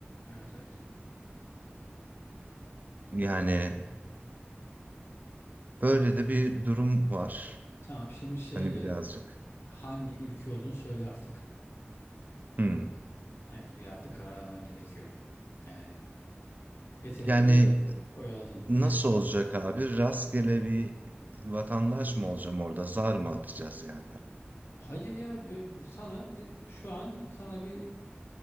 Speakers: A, on the left; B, on the right.
A: Evet evet.
B: Yani böyle de bir durum var.
A: Tamam şimdi şeye
B: Hani
A: gel.
B: birazcık.
A: Hangi ülke olduğunu söyle artık.
B: Hmm.
A: Evet bir artık karar vermen gerekiyor. Yani yeterince
B: Yani
A: oyaladın.
B: nasıl olacak abi? Rastgele bir vatandaş mı olacağım orada? Zar mı atacağız yani?
A: <laughs> Hayır ya e, sana de- şu an sana bir